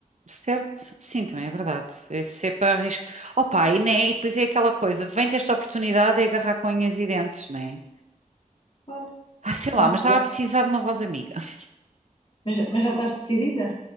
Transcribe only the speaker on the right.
certo? Sim, também é verdade. Esse é para arriscar. Opa, e, né? E depois é aquela coisa: vem ter esta oportunidade é agarrar com unhas e dentes, né?
Ah, sei
lá, mas estava
a precisar de uma voz amiga. <laughs>